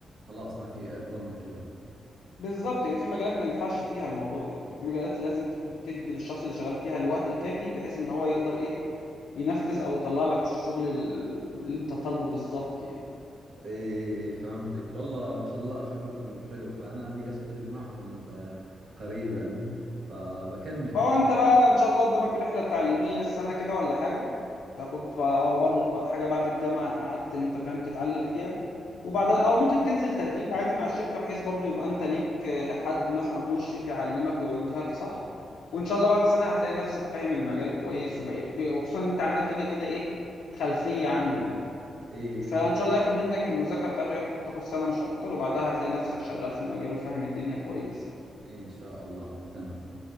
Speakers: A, on the right; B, on the left.
A: خلاص ما في افضل من كذا
B: بالظبط يعني في مجالات ما ينفعش فيها الموضوع ده يعني في مجالات لازم ت- تدي للشخص اللي شغال فيها الوقت الكافي بحيث ان هو يقدر ايه ينفذ او يطلع لك الشغل اللي انت طالبه بالظبط يعني
A: ايه فهمتك والله ما شاء الله شغلكم حلو فانا ابي اشتغل معكم ب- قريبا فبكلمك
B: هو
A: ايه
B: انت بقى ان شاء الله قدامك رحله تعليميه السنه كده ولا حاجه تاخد ف- او برضه تبقى حاجه بعد الجامعه قعدت انت فاهم تتعلم فيها وبعدها او ممكن تنزل تدريب عادي مع الشركه بحيث برضه يبقى انت ليك آه، حد مثلا مشرف يعلمك ويوجهك صح وان شاء الله بعد سنه هتلاقي نفسك فاهم المجال كويس وبقيت اوكي وخصوصا انت عندك كده كده ايه خلفيه عنه يعني
A: ايه
B: فان شاء الله ياخد منك المذاكره بتاعته ياخد تاخد سنه مش اكتر وبعدها هتلاقي نفسك شغال في المجال وفاهم الدنيا كويس يعني
A: إيه، ان شاء الله تم